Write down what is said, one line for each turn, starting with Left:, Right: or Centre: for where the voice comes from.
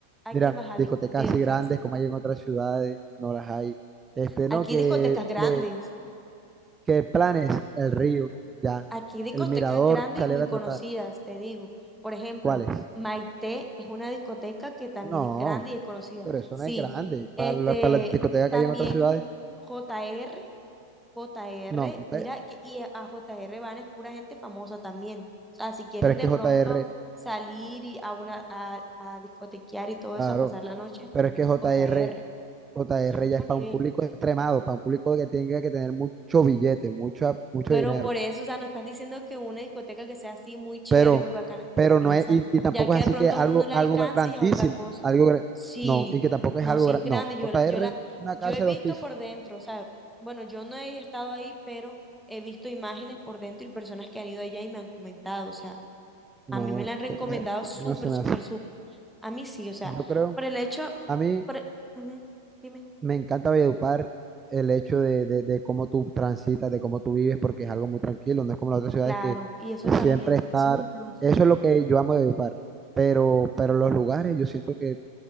Centre: hay
Right: Mira,
Centre: que bajar
Right: discotecas
Centre: a discotecas.
Right: así grandes como hay en otras ciudades, no las hay. Este,
Centre: Aquí
Right: no, que,
Centre: hay discotecas grandes,
Right: que, que planes, el río, ya.
Centre: aquí hay discotecas
Right: El mirador,
Centre: grandes
Right: salir
Centre: y muy
Right: a
Centre: conocidas,
Right: trotar.
Centre: te digo. Por ejemplo,
Right: ¿Cuáles?
Centre: Maite es una discoteca que también
Right: No.
Centre: es grande y es conocida.
Right: Pero eso
Centre: Sí,
Right: no es grande. Para
Centre: este,
Right: la, para las discotecas
Centre: también
Right: que hay en otras ciudades,
Centre: J R J R,
Right: no.
Centre: mira,
Right: ve,
Centre: que, y a J R van es pura gente famosa también. O sea, si quieren
Right: Pero es
Centre: de
Right: que J
Centre: pronto
Right: R
Centre: salir y a una a, a discotequear y todo
Right: claro,
Centre: eso, a pasar la noche,
Right: pero es que J
Centre: J
Right: R
Centre: R
Right: J
Centre: es
Right: R
Centre: otro
Right: ya es
Centre: nivel.
Right: para un público extremado, para un público que tenga que tener mucho billete, mucho, mucho
Centre: Pero
Right: dinero.
Centre: por eso, o sea, no estás diciendo que una discoteca que sea así muy chévere,
Right: Pero,
Centre: muy bacana,
Right: pero
Centre: esa,
Right: no es, y, y tampoco
Centre: ya que
Right: es
Centre: de
Right: así
Centre: pronto
Right: que algo,
Centre: a uno no la
Right: algo
Centre: alcanza
Right: grandísimo,
Centre: y es otra cosa.
Right: algo, gra-
Centre: Sí,
Right: no, y que tampoco
Centre: no,
Right: es algo
Centre: si
Right: grande.
Centre: es grande,
Right: No,
Centre: yo,
Right: J
Centre: yo
Right: R
Centre: la,
Right: una
Centre: yo
Right: casa
Centre: he visto
Right: de dos pisos.
Centre: por dentro, o sea, bueno, yo no he estado ahí, pero he visto imágenes por dentro y personas que han ido allá y me han comentado, o sea,
Right: No,
Centre: a mí me la han recomendado
Right: JR, a
Centre: súper,
Right: mí no se me
Centre: súper,
Right: hace.
Centre: súper. A mí sí, o sea,
Right: Yo creo,
Centre: por el hecho,
Right: a mí.
Centre: por, ujú, dime,
Right: Me encanta Valledupar el hecho de, de, de cómo tú transitas, de cómo tú vives, porque es algo muy tranquilo, no es como las otras ciudades
Centre: claro,
Right: que
Centre: y eso también,
Right: siempre estar,
Centre: eso es un plus,
Right: eso es lo que yo amo de Valledupar, pero, pero los lugares, yo siento que